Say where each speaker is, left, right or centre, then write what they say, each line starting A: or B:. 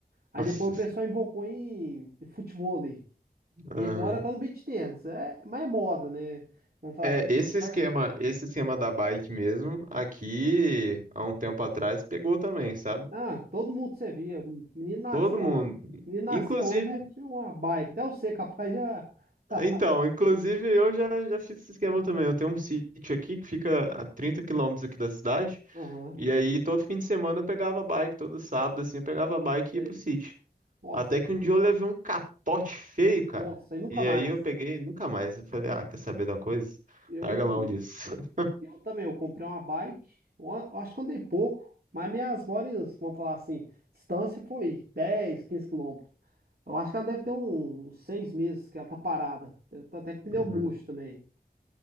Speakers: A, on the right; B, on the right.
A: Aí
B: Nossa
A: depois o pessoal invocou em, em futevôlei.
B: senhora.
A: E agora tá no beach tennis. É, mas é moda, né? Vamos falar
B: É,
A: aqui de
B: esse
A: esporte.
B: esquema, esse esquema da bike mesmo, aqui há um tempo atrás pegou também, sabe?
A: Ah, todo mundo você via. O Menino nascia,
B: Todo mundo,
A: ho- menino nascia
B: inclusive,
A: hoje já tinha uma bike. Até você, capaz já. <laughs>
B: então, inclusive eu já, já fiz esse esquema também. Eu tenho um sítio aqui que fica a 30 quilômetros aqui da cidade,
A: Aham.
B: e aí todo fim de semana eu pegava a bike, todo sábado assim, eu pegava a bike
A: Sei.
B: e ia pro sítio.
A: Nossa,
B: Até que um dia eu levei um capote feio, cara.
A: Nossa, e nunca
B: E
A: mais.
B: aí eu peguei, nunca mais. Eu falei, ah, quer saber de uma coisa?
A: Eu,
B: Larga a mão disso. <laughs>
A: eu também, eu comprei uma bike, eu a- eu acho que andei pouco, mas minhas maiores, vamos falar assim, distância foi dez quinze quilômetros. Eu acho que ela deve ter um- uns seis meses que ela tá parada. Deve tá até com pneu
B: Uhum,
A: murcho também.